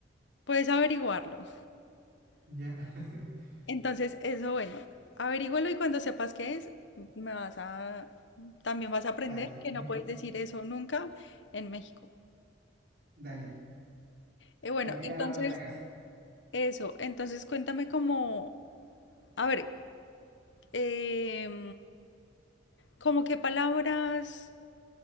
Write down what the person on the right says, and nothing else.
ya. <laughs>
Vale.
Dale,
tarea
para la casa.